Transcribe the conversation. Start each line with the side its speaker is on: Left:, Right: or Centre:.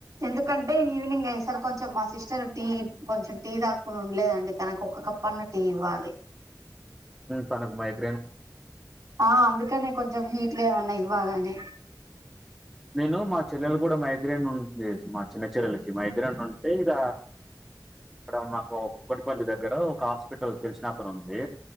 Right: ఎందుకు కంటే ఈవినింగ్ అయి సారు కొంచెం మా సిస్టర్ టీ కొంచెం టీ తాక్కుని ఉండలేదండి తనకు ఒక కప్పు అన్న టీ ఈవ్వలి
Centre: తనకు <unintelligible>
Right: ఆ అందుకనే కొంచెం హీట్గ ఏమన్నా ఇవ్వాలనే
Centre: నేను మా చెల్లెలు కూడ మైగ్రేన్ వుంది మా చిన్న చెల్లలకి మైగ్రైన్ ఉంటే ఇక ఇక్కడ మాకు కుక్కట్పల్లి దగ్గర ఒక హాస్పిటల్ తెలిసినక్కను ఉంది